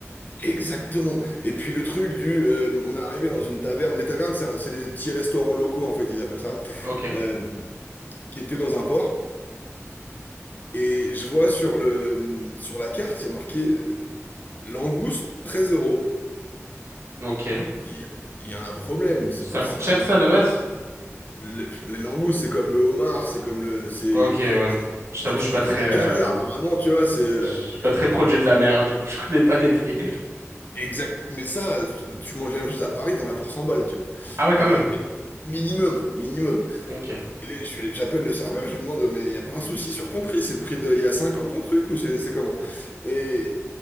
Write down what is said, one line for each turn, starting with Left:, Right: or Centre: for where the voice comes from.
Left: Exactement. Et puis le truc du, euh, on est arrivé dans une taverne. Les tavernes, c'est un- c'est des petits restaurants locaux, en fait, ils appellent ça,
Right: Ok.
Left: euh, qui étaient dans un port. Et je vois sur le, sur la carte, il y a marqué euh, langouste 13 euros.
Right: Ok.
Left: Je me dis, il y a il y a un problème. C'est
Right: Ça
Left: c'est
Right: coûte cher,
Left: pas,
Right: ça, de base?
Left: le- les langoustes, c'est comme le homard, c'est comme le, c'est,
Right: Ok, ouais.
Left: c'est
Right: Je t'avoue,
Left: c'est du
Right: je suis
Left: niveau
Right: pas très,
Left: du
Right: euh,
Left: caviar. Normalement, tu vois, c'est, euh,
Right: je suis pas très produit de la
Left: on-
Right: mer, du coup, <laughs> je connais pas les prix.
Left: exact. Mais ça, tu manges la même chose à Paris, t'en as pour 100 balles, tu vois.
Right: Ah ouais, quand
Left: Euh,
Right: même.
Left: et minimum, minimum.
Right: Ok.
Left: Et les- je vais- J'appelle le serveur, je lui demande, mais il y a pas un souci sur ton prix? C'est le prix d'il y a 5 ans ton truc ou c'est c'est comment? Et,